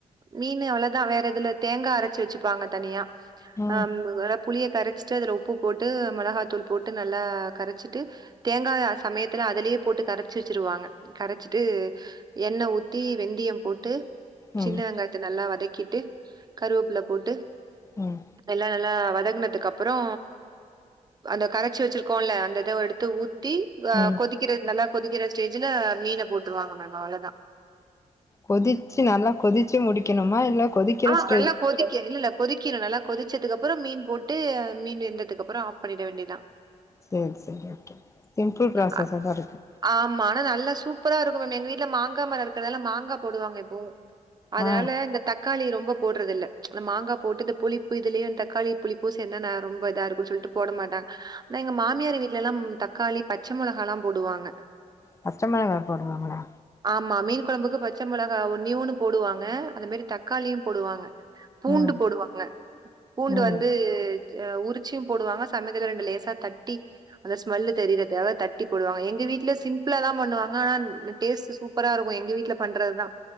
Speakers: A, on the right (about 30°); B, on the left (about 20°).
A: மீன் அவ்ளோதா வேற எதுல தேங்கா அரச்சு வச்சுப்பாங்க தனியா
B: ம்
A: ஆ <unintelligible> புளிய கரச்சிட்டு அதுல உப்பு போட்டு மெளஹாத்தூள் போட்டு நல்லா கரச்சிட்டு தேங்கா சமயத்துல அதுலயே போட்டு கரச்சு வச்சுருவாங்க கரச்சிட்டு எண்ணெ ஊத் தி வெந்தியம் போட்டு
B: ம்
A: சின்ன வெங்காயத்த நல்லா வதக்கிட்டு கருவப்புல போட்டு
B: ம்
A: எல்லா நல்லா வதங்குனதுக்கப் பறொ அந்த கரச்சி வச்சிருக்கோல்ல அந்த இத எடுத்து ஊத்தி ஆ
B: ம்
A: கொதிக் கிற நல்லா கொதிக்கிற ஸ்டேஜுல மீன போட்டுருவாங்க மேம் அவ்ளதா
B: கொதிச்சி நல்லா கொதிச்சி முடிக்கெணுமா இல்ல கொதிக்கிற
A: ஆ
B: ஸ்டேஜ்
A: நல்ல கொதிக்கெ இல்லல்ல கொதிக்கிணு நல்லா கொதிச்சதுக்கப்பறொ மீன் போட்டு மீன் வெந்ததுக்கப்பறொ ஆஃப் பண்ணிட வேண்டியதுதா
B: சேர் சேரி ஓகே சிம்ப்புள் ப்ராசஸா
A: அ
B: தா இருக்கு
A: ஆமா ஆனா நல்லா சூப்பரா இருக்கு மேம் எங்க வீட்ல மாங்கா மரொ இருக்கறதால மாங்கா போடுவாங்க எப்பவு அதனால
B: ஆ
A: இந்த க்காளி ரொம்ப போட்றதில்ல அந்த மாங்கா போட்டு இந்த புளிப்பு இதுலயே தக்காளி புளிப்பு சேந்தா ந ரொம்ப இதா இருக்குன் சொல்ட்டு போட மாட்டாங் ஆனா எங்க மாமியார் வீட்லேல்லா ம் தக்காளி பச்ச மொளகால்லா போடுவாங்க
B: பச்ச மொளகா போடுவாங்களா
A: ஆமா மீன் கொழம்புக்கு பச்ச மொளகா ஒன்னே ஒன்னு போடுவாங்க அது மேரி தக்காளியும் போடுவாங்க பூண்டு
B: ம்
A: போடுவாங்க பூண்டு
B: ம்
A: வந்து அ உருச்சியும் போடுவாங்க சமயத்துல ரெண்டு லேசா தட்டி அந்த ஸ்மெல்லு தெரியிற தேவ தட்டி போடுவாங்க எங்க வீட்ல சிம்ப்புளாதா பண்ணுவாங்க ஆனா டேஸ்ட்டு சூப்பரா இருக்கு எங்க வீட்ல பண்றதுதா